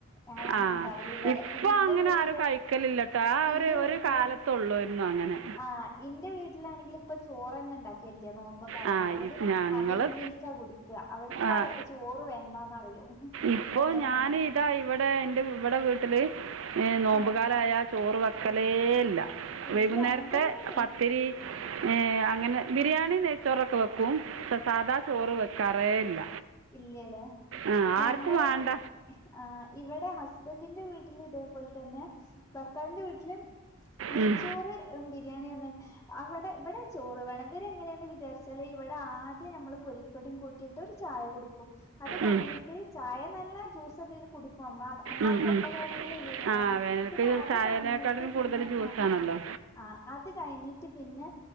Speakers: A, on the left; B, on the right.
A: ആഹ്.
B: ആ
A: ഇണ്ടാവല് വടെ.
B: ഇപ്പൊ
A: പിന്നെ, ഇന്റെ
B: അങ്ങനെ
A: വീട്ടില്,
B: ആരും കഴിക്കലില്ല കേട്ടോ ആ
A: ഇന്റെ
B: ഒരു
A: വീട്ടില്
B: ഒരു കാലത്തുള്ളായിരുന്നു അങ്ങനെ
A: ആഹ്. ഇന്റെ വീട്ടിലാണെങ്കിൽ ഇപ്പം ചോറെന്നെ ണ്ടാക്കലില്ല്യ, നോമ്പൊക്കായാല്
B: ആ
A: അവല്
B: ഇ- ഞങ്ങള്
A: അവിലും മിൽക്കാ കുടിക്കുക. അവർക്ക്
B: ആ
A: ചോറ് വേണ്ടാന്നറയും,
B: ഇപ്പോൾ
A: അങ്ങനെണ്.
B: <unintelligible> ഇവിടെ ഇന്റെ ഇവിടെ വീട്ടില്, നോമ്പുകാലായ
A: ആഹ്
B: ചോറ് വെക്കലേ.. ഇല്ല.
A: ഇല്ല
B: വൈകുന്നേരത്തെ
A: അങ്ങനെ തന്നെയാണ്
B: പത്തിരി ഏ... അങ്ങനെ, ബിരിയാണി, നെയ്ച്ചോറൊക്കെ വെക്കും. പക്ഷെ, സാദാ ചോറ് വെക്കാറേ ഇല്ല.
A: ഇല്ലയല്ലേ.
B: ആ
A: ഞങ്ങളെ,
B: ആർക്കും വേണ്ട
A: ആഹ് ഇവിടെ ഹസ് <unintelligible> ന്റെ വീട്ടില് ഇതേപോൽതന്നെ. ഭർത്താവിന്റെ വീട്ടില് നെയ്ച്ചോറ്
B: ഉം,
A: എം, ബിരിയാണി <unintelligible> അവടെ, ഇവടെ ചോറ് വേണം. ഇവരെങ്ങനേണ് വിചാരിച്ചാല്, ഇവടാദ്യം ഞമ്മള് പൊരിക്കടിം കൂട്ടീട്ടൊര് ചായ കുടിക്കും. അത് കഴിഞ്ഞിട്ട്
B: ഉം,
A: ചായന്നല്ല, ജ്യൂസെന്തേലും കുടിക്കും <unintelligible> അമ്മാരി
B: ഉം,
A: കൊട്ടവേനൽല്ലല്ലേയ്നോ
B: ഉം. ആ
A: നോമ്പ്?
B: വേനൽക്ക്
A: പിന്നെ, അത്
B: ചായനേക്കാട്ടിലും
A: കഴിഞ്ഞിട്ട് പിന്നെ,
B: കൂടുതൽ ജ്യൂസാണല്ലോ
A: ആഹ് ആഹ്. അത് കഴിഞ്ഞിട്ട് പിന്നെ